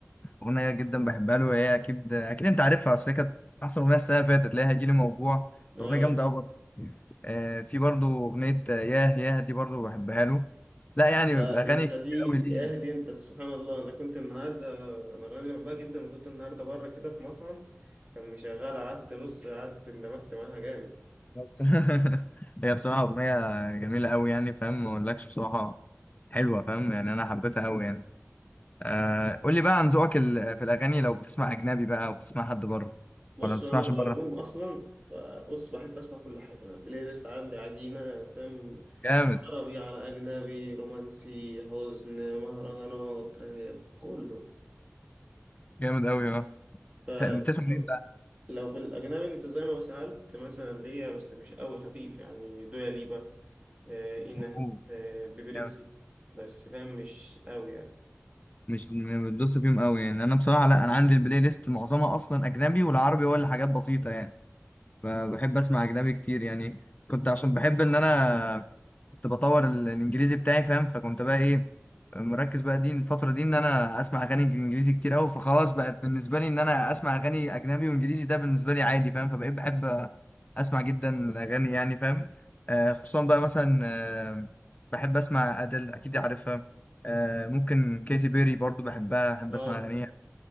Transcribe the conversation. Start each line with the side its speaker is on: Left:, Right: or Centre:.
Left: أغنية جدا بحبها له هي أكيد أكيد أنت عارفها أصل هي كانت أحسن أغنية السنة اللي فاتت اللي هي هيجيلي موجوع
Right: اه
Left: أغنية جامدة أوي برضو. آه، في برضو أغنية آه، ياه ياه دي برضو بحبها له لا يعني
Right: فانت
Left: أغاني كتير
Right: دي
Left: أوي ليه
Right: يا
Left: يعني.
Right: دي انت سبحان الله انا كنت النهارده انا الاغنيه دي بحبها جدا وكنت النهارده بره كده في مطعم كان مشغلها قعدت نص قعدت اندمجت معاها جامد
Left: <laughs> هي بصراحة أغنية جميلة أوي يعني فاهم ما أقولكش بصراحة حلوة فاهم يعني أنا حبيتها أوي يعني آه، قول لي بقى عن ذوقك ال- في الأغاني لو بتسمع أجنبي بقى أو بتسمع حد بره
Right: بص
Left: ولا ما بتسمعش
Right: انا في
Left: بره
Right: العموم اصلا ب- بص بحب اسمع كل حاجه انا البلاي ليست عندي عجينه فاهم
Left: جامد
Right: عربي على اجنبي رومانسي حزن مهرجانات راب كله
Left: جامد أوي آه.
Right: فلو
Left: ت- بتسمع مين بقى
Right: لو بالاجنبي انت زي ما سالت مثلا ليا بس مش قوي خفيف يعني دويا ليبا آه اينا
Left: أوه.
Right: آه بيبريكسي
Left: يعني
Right: بس فاهم مش قوي يعني
Left: مش م- بتدوس فيهم قوي يعني انا بصراحه لا انا عندي البلاي ليست معظمها اصلا اجنبي والعربي هو اللي حاجات بسيطه يعني ب- بحب اسمع اجنبي كتير يعني كنت عشان بحب ان انا كنت بطور ال- الانجليزي بتاعي فاهم فكنت بقى ايه مركز بقى دي الفترة دي ان انا اسمع اغاني انجليزي كتير قوي فخلاص بقت بالنسبة لي ان انا اسمع اغاني اجنبي وانجليزي ده بالنسبة لي عادي فاهم فبقيت بحب اسمع جدا الاغاني يعني فاهم آه، خصوصا بقى مثلا آه، بحب اسمع ادل اكيد عارفها آه، ممكن كيتي بيري برضو بحبها بحب
Right: اه
Left: اسمع اغانيها